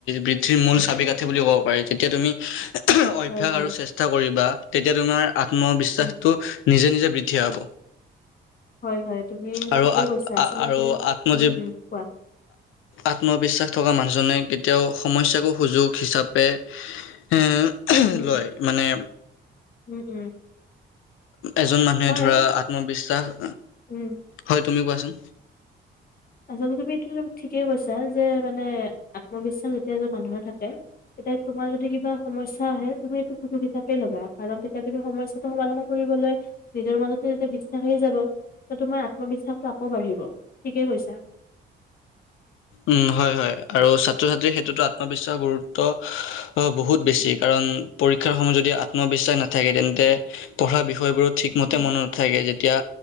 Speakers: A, on the left; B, on the left.
A: বৃদ্ধিৰ মূল চাবিক আঠি বুলি কওঁ কৰে যেতিয়া তুমি অভ্যাস
B: হয় হয়
A: আৰু চেষ্টা কৰিবা তেতিয়া তোমাৰ আত্মবিশ্বাসটো
B: উম,
A: নিজে নিজে বৃদ্ধি পাব।
B: হয় হয়, তুমি
A: আৰু
B: ঠিকেই
A: আত
B: কৈছা, আচলতে,
A: আ- আৰু আত্মজীৱ
B: উম, উম, কোৱা।
A: আত্মবিশ্বাস থকা মানুহজনে কেতিয়াও সমস্যাকো সুযোগ হিচাপে এ,
B: উম
A: লয়
B: উম
A: মানে
B: উম, উম।
A: এজন মানুহে
B: হয়
A: ধৰা আত্মবিশ্বাস
B: উম।
A: হয়, তুমি কোৱাচোন।
B: আচলতে তুমি এইটো ত' ঠিকেই কৈছা যে মানে আত্মবিশ্বাস এতিয়া যে মানুহৰ থাকে, তেতিয়া তোমাৰ যদি কিবা সমস্যা আহে তুমি এইটো সু হিচাপে ল'বা কাৰণ তেতিয়া তুমি সমস্যা ত' সমাধান কৰিবলৈ নিজৰ মাজতে যেতিয়া বিশ্বাস আহি যাব ত' তোমাৰ আত্মবিশ্বাসটো আকৌ বাঢ়িব, ঠিকেই কৈছা।
A: উম, হয় হয়, আৰু ছাত্ৰ ছাত্ৰীৰ ক্ষেত্ৰতো আত্মবিশ্বাস, গুৰুত্ব বহুত বেছি
B: উম
A: কাৰণ পৰীক্ষাৰ সময়ত যদি আত্মবিশ্বাস নাথাকে তেন্তে পঢ়া বিষয়বোৰত ঠিকমতে
B: উম
A: মনত নাথাকে, যেতিয়া